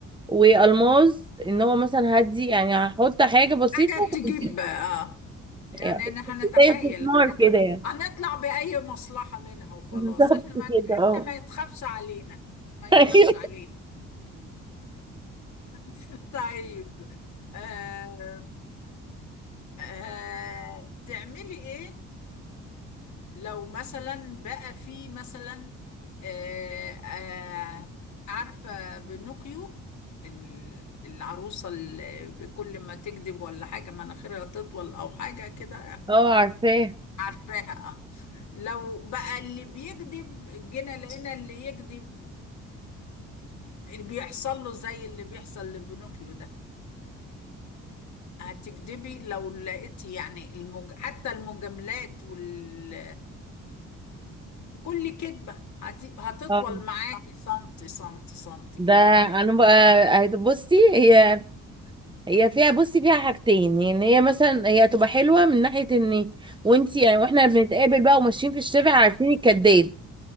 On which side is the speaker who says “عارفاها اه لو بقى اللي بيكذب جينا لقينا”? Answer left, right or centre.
Left